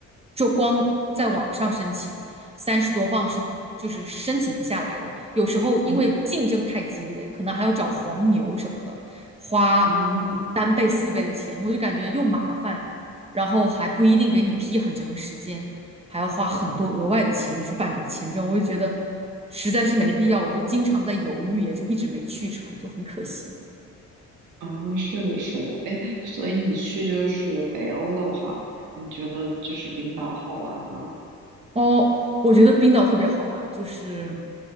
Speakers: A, on the right; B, on the right.
A: 就光在网上申请，三十多磅是就是是申请不下来的。有时候因为竞争太激烈，
B: 嗯
A: 可能还要找黄牛什么的，花
B: 啊，
A: 三倍四倍的钱，我就感觉又麻烦，然后还不一定给你批很长时间，还要花很多额外的钱去办这个签证，我就觉得实在是没必要，我就经常在犹豫，也就一直没去成，就很可惜。
B: 啊，是的，是的，哎，所以你去就是北欧的话，你觉得就是冰岛好玩吗？
A: 哦，我觉得冰岛特别好玩，就是，